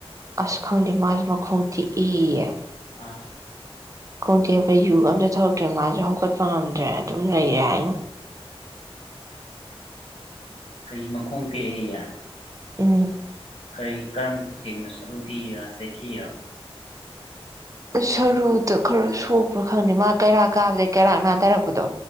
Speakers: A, on the right; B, on the left.
A: ꯑꯁ ꯈꯪꯗꯦ ꯃꯥꯒꯤ ꯃꯈꯣꯡꯇꯤ ꯏꯌꯦ
B: ꯑꯥ
A: ꯈꯣꯡꯇꯦꯛꯄ ꯌꯨꯒ ꯑꯝꯇ ꯊꯔꯛꯇ꯭ꯔꯦ ꯃꯥꯁꯨ ꯍꯧꯒꯠꯄ ꯉꯝꯗ꯭ꯔꯦ ꯑꯗꯨꯝ ꯂꯩꯔꯦ ꯍꯥꯏꯉꯣ
B: ꯀꯔꯤ ꯃꯈꯣꯡꯒꯦ ꯇꯦꯀꯦꯏꯌꯦ꯫
A: ꯎꯝ
B: ꯀꯔꯤ ꯀꯔꯝ ꯈꯨ ꯇꯦꯛ ꯅꯣ ꯁꯥꯔꯨ ꯇꯦꯀꯦꯔꯣ ꯂꯦꯏꯊꯦꯀꯦ ꯔꯣ꯫
A: ꯁꯔꯨꯗꯣ ꯈꯔ ꯁꯣꯛꯄ ꯈꯪꯗꯦ ꯃꯥ ꯀꯩꯔꯥꯛ ꯀꯥꯕꯗꯒꯤꯩ ꯀꯩꯔꯥꯛ ꯅꯥꯗꯔꯛꯄꯗꯣ